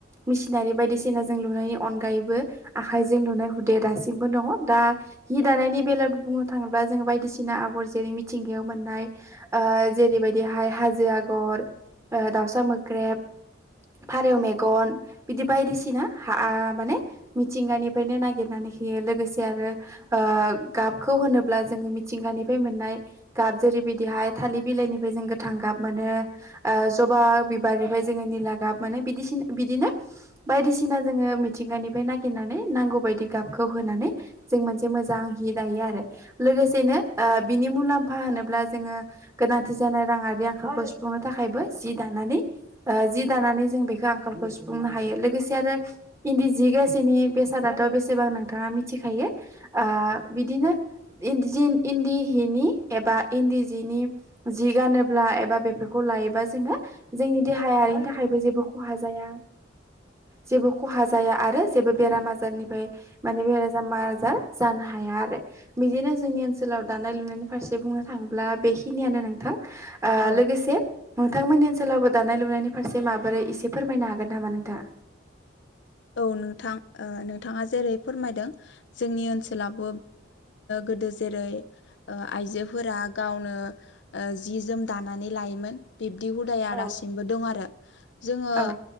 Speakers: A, on the right (about 15°); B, on the left (about 65°).
A: मिसिनारि बायदिसिनाजों लुनायनि अनगायैबो आखायजों लुनाय हुदाया दासिमबो दङ' दा हि दानायनि बेलायाव बुंनो थाङोब्ला जोङो बायदिसिना आगर जेरै मिथिंगायाव मोननाय ओ जेरैबायदिहाय हाजो आगर ओ दाउसा मोख्रेब फारेव मेगन बिदि बायदिसिना हा आ माने मिथिंगानिफ्रायनो नागिर नानै होयो लोगोसे आरो ओ गाबखौ होनोब्ला जोङो मिथिंगानिफ्राय मोननाय गा जेरैबिदिहाय थालि बिलायनिफाय जों गोथां गाब मोनो ओ ज'बा बिबारनिफ्राय जोङो निला गा गाब मोनो बिदिसिन बिदिनो बायदिसिना जोङो मिथिंगानिफाय नागिनानै नांगौबायदि गाबखौ होनानै जों मोनसे मोजां हि दायो आरो लोगोसेनो ओ बिनि मुलामफा होनोब्ला जोङो गोनांथि जानाय राङारि आंखालखौ सुफुंनो थाखायबो जि दानानै ओ जि दानानै जों बेखो आंखालखौ सुफुंनो हायो लोगोसे आरो इनदि जि गासेनि बेसादाथ' बेसे बां नोंथाङा मिथिखायो ओ बिदिनो इनदिजिन इनदि हिनि एबा इनदि जिनि जि गानोब्ला एबा बेफोरखौ लायोबा जोङो जोंनि देहायारिनि थाखायबो जेबो खहा जाया जेबो खहा जाया आरो जेबो बेराम-आजारनिफ्राय माने <unintelligible> आजार जानो हाया आरो बिदिनो जोंनि ओनसोलाव दानाय- लुनायनि फारसे बुं थाङोब्ला बे खिनियानो नोंथां ओ
B: औ
A: लोगोसे नोंथां मोननि ओनसो सोलावबो दानाय लुनायनि फारसे माबोरै इसे फोरमायनो हागोन नामा नोंथाङा?
B: औ नोंथां ओ नोंथाङा जेरै फोरमायदों जोंनि ओनसोलाव गोदो जेरै ओ आइजोफोरा गावनो ओ जि-जोम दानानै लायोमोन गो बिब्दि हुदाया
A: औ
B: दासिमबो दं आरो जोङो
A: औ